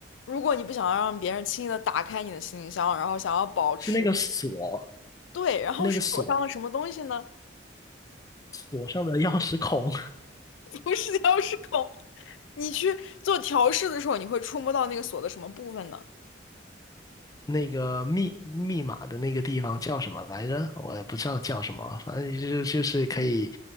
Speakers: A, on the left; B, on the left.
A: 如果你不想让别人轻易的打开你的行李箱，然后想要保持
B: 是那个锁，
A: 对，然后是锁上了什么东西呢？
B: 那个锁锁上的钥匙孔。
A: <laughs> 不是钥匙孔。你去做调试的时候，你会触摸到那个锁的什么部分呢？
B: 那个密密码的那个地方叫什么来着？我也不知道叫什么，反正就就是可以